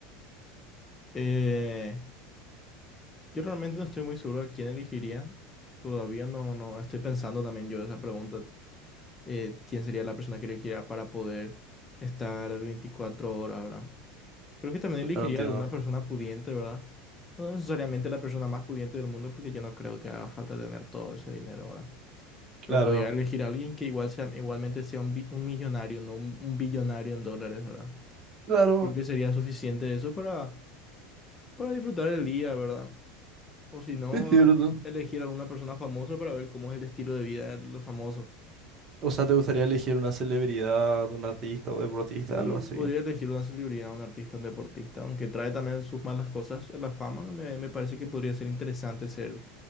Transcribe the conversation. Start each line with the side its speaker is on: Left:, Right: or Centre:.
Left: Eh, Yo realmente no estoy muy seguro de quién elegiría. Todavía no, no estoy pensando también yo esa pregunta. eh, quién sería la persona que elegiría para poder estar 24 horas, ¿verdad? Creo que también
Right: Claro,
Left: elegiría
Right: No entiendo.
Left: alguna persona pudiente, ¿verdad? No necesariamente la persona más pudiente del mundo, porque yo no creo que haga falta tener todo ese dinero, ¿verdad?
Right: Claro,
Left: Pero podría elegir a alguien que igual sea, igualmente sea un, bi- un millonario, no un, un billonario en dólares, ¿verdad?
Right: claro,
Left: Creo que sería suficiente eso para, para disfrutar el día, ¿verdad? O si no,
Right: es cierto.
Left: elegir alguna persona famosa para ver cómo es el estilo de vida de los famosos.
Right: O sea, ¿te gustaría elegir una celebridad, un artista o deportista,
Left: Sí,
Right: algo así?
Left: podría elegir una celebridad, un artista, un deportista, aunque trae también sus malas cosas. La fama me, me parece que podría ser interesante ser